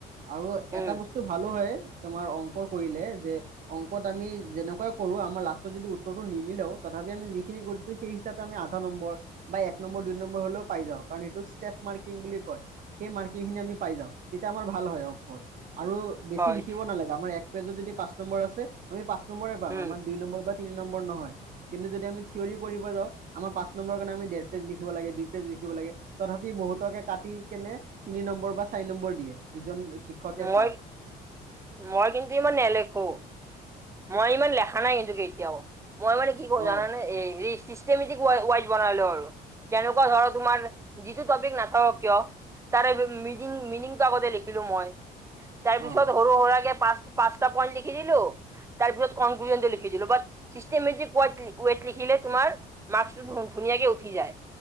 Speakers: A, on the right; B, on the right.
A: আৰু
B: উম
A: এটা বস্তু ভালো হয় তোমাৰ অংক কৰিলে যে অংকত আমি যেনেকুৱা কৰো আমাৰ লাষ্টত যদি উত্তৰটো নিমিলেও তথাপি আমি যিখিনি কৰিছো সেই হিচাপে আমি আধা নম্বৰ বা এক নম্বৰ দুই নম্বৰ হলেও পাই যা কাৰণ সেইটোক ষ্টেপ মাৰ্কিং বুলি কয় সেই মাৰ্কিং খিনি আমি পাই যাওঁ তেতিয়া আমাৰ ভাল হয় ওত আৰু বেছি
B: হয়
A: লিখিব নালাগে আমাৰ এক পেজত যদি পাঁচ নম্বৰ আছে আমি পাঁচ নম্বৰে পাম
B: উম
A: আমাৰ দুই নম্বৰ বা তিনি নম্বৰ নহয়। কিন্তু যদি আমি থিয়ৰি কৰিব যাওঁ আমাৰ পাঁচ নম্বৰ কাৰণে আমি দেৰ পেজ লিখিব লাগে দুই পেজ লিখিব লাগে তথাপি বহুতকে কাটি কেনে তিনি নম্বৰ বা চাৰি নম্বৰ দিয়ে যিজন শিক্ষকে
B: মই
A: চাই
B: মই কিন্তু ইমান নেলেখো মই ইমান লেখা নাই কিন্তু কি এতিয়াও মই মানে কি কৰো
A: অ
B: জানানে এ হেৰি চিষ্টেমেটিক ৱেট ৱাইজ বনাই লওঁ আৰু <unintelligible> তেনেকুৱা ধৰ তোমাৰ যিটো টপিক নাথাকক কিয় তাৰে মিনিং মিনিংটো আগতে লিখিলো মই তাৰ পিছত
A: অ
B: হৰু হৰা কে পাঁচ পাঁচটা পইণ্ট লিখি দিলো তাৰপিছত কনকুলোজনটো লিখি দিলো বাত চিষ্টমেটিক ৱট ৱেত লিখিলে তোমাৰ মাৰ্ক্স টো <unintelligible> ধুনীয়াকে উঠি যায়